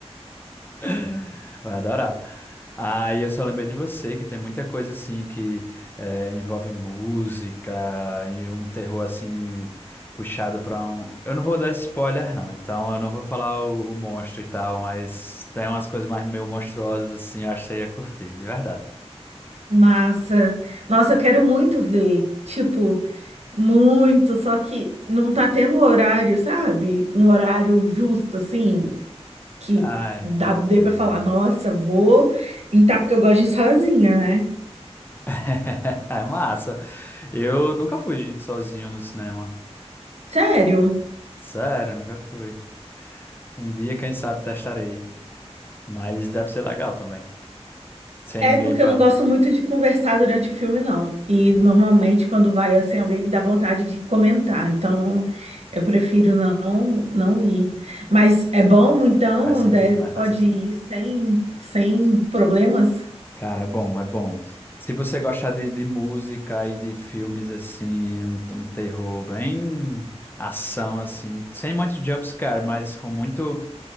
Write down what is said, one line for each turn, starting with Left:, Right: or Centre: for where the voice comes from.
Left: <laughs> Vai adorar. Aí eu só lembrei de você, que tem muita coisa assim que eh, envolve música e um terror assim puxado pra um. Eu não vou dar spoiler, não, então eu não vou falar o, o monstro e tal, mas tem umas coisas mais meio monstruosas assim, eu acho que você ia curtir, de verdade.
Right: massa. Nossa, eu quero muito ver. Tipo, muito, só que não tá tendo horário, sabe? Um horário justo, assim, que
Left: Ai,
Right: dá,
Left: te entendo.
Right: dê pra falar, nossa, vou entrar porque eu gosto de ir sozinha, né?
Left: <laughs> É massa. Eu nunca fui sozinho no cinema.
Right: Sério.
Left: Sério, nunca fui. Um dia, quem sabe, testarei. Mas deve ser legal também. Sem
Right: É
Left: ninguém
Right: porque
Left: pra.
Right: eu não gosto muito de conversar durante o filme, não. E normalmente quando vai assim, alguém dá vontade de comentar. Então eu prefiro não não ir. Mas é bom, então,
Left: Faz sentido,
Right: de-
Left: mas
Right: pode
Left: faz sentido.
Right: ir sem sem problemas.
Left: Cara, é bom, é bom. Se você gostar de, de música e de filmes assim, um, um terror bem ação assim, sem muito jumpscare, mas com muito,